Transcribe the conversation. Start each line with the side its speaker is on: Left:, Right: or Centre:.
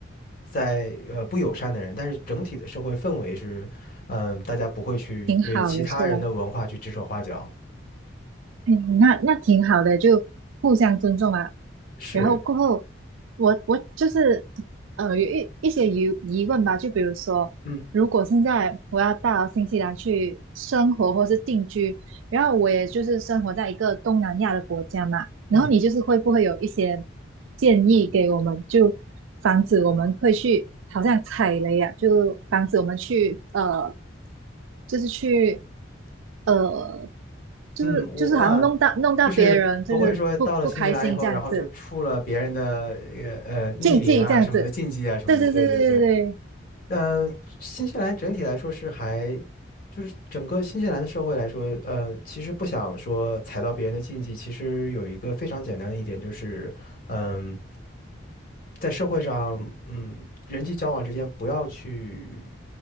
Left: 在呃不友善的人，但是整体的社会氛围是，嗯，大家不会去对其他人的文化去指手画脚，
Right: 挺好的，是吧？嗯，那那挺好的，就互相尊重啊。
Left: 是，
Right: 然后过后，我我就是呃有一一些疑疑问吧，就比如说，
Left: 嗯
Right: 如果现在我要到新西兰去生活或是定居，然后我也就是生活在一个东南亚的国家嘛，
Left: 嗯。
Right: 然后你就是会不会有一些建议给我们，就防止我们会去好像踩雷呀、啊就防止我们去呃，就是去呃，就是就是好像弄到弄到别人就是不不开心这样子，
Left: 嗯，我啊，呃就是不会说到了新西兰以后，然后就触了别人的呃呃逆鳞啊什么的禁忌啊什么的。
Right: 禁忌这样子，对对对对对对，
Left: 对对对，呃，新西兰整体来说是还，就是整个新西兰的社会来说，呃，其实不想说踩到别人的禁忌，其实有一个非常简单的一点就是，嗯、在社会上，嗯，人际交往之间不要去，